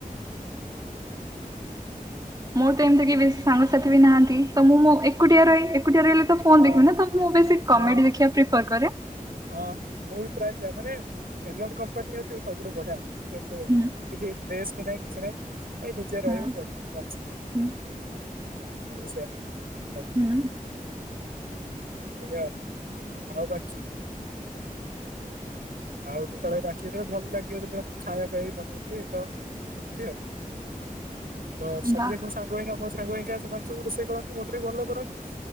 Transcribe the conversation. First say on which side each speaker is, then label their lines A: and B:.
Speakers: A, on the right; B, on the right.
A: ଆକି।
B: ମୋର ତ ଏମିତି କିଏ ବେଶୀ ସାଙ୍ଗସାଥି ବି ନାହାନ୍ତି ତ ମୁଁଁ ମୋ ଏକୁଟିଆ ରହେ ଏ ଏକୁଟିଆ ରହିଲେ ତ ଫୋନ
A: ହଁ
B: ଦେଖୀମି ନା ତ ମୁଁ ବେଶୀ କମେଡି
A: ହଁ ହଁ।
B: ଦେଖେ ଆକଚୁଲି କରକରେ।
A: ହଁ ହଁ ମୁଁ ବି ପ୍ରାୟ ସେୟା ମାନେ ଏଲୋନ କମ୍ପାନୀ ହଉଛି ସବୁଠୁ ବଢିଆ। କିନ୍ତୁ ଏୟା
B: ହୁଁ
A: କିଛି ପ୍ରେସ୍ ବି ନାହିଁ କିଛି ନାହିଁ। ଏଇ ନିଜେ
B: ହୁଁ
A: ରହିବ ପଢ଼ିବ ଆରାମ ସେ
B: ହୁଁ
A: ମୁଁ ବି ସେୟା। ହ।
B: ହୁଁ
A: ସେୟା ଆଉ ଆଉ ବାକି। ଆଉ ଯେତେବେଳେ ବାକି ଯେତେବେଳେ ଭଲ ଲାଗିବ ଯେତେବେଳେ ମୁଁ ଖାଇବା ପାଇଁ ବି ବନେଇଦିଏ ତ ଏମିତି ଆଉ।
B: <unintelligible>
A: ତ ସବୁଦିନ
B: ବା
A: ମୋ ସାଙ୍ଗ ପାଇଁ କା ମୋ ସାଙ୍ଗ ପାଇଁ କା ସେମାନେ ସବୁ ରୋଷେଇ କରନ୍ତି ମୋଠୁ ଟିକେ ଭଲ କରନ୍ତି।